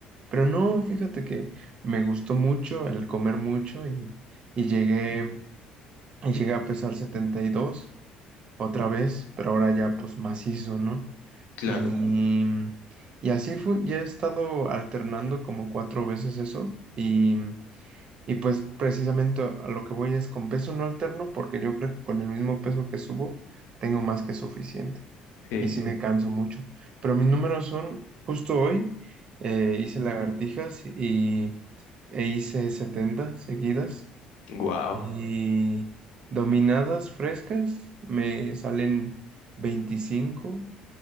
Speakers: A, on the right; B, on the left.
A: Pero no, fíjate que me gustó mucho el comer mucho y, y llegué, y llegué a pesar 72 otra vez, pero ahora ya pues macizo, ¿no?
B: claro.
A: Claro. Y, y así fue, ya he estado alternando como cuatro veces eso. Y, y pues precisamente a lo que voy es con peso no alterno porque yo creo que con el mismo peso que subo tengo más que suficiente.
B: Sí.
A: Y sí me Mm. canso mucho. Pero mis números son, justo hoy eh, hice lagartijas y, e hice 70 seguidas.
B: Wow.
A: Wow. Y dominadas frescas me salen veinticinco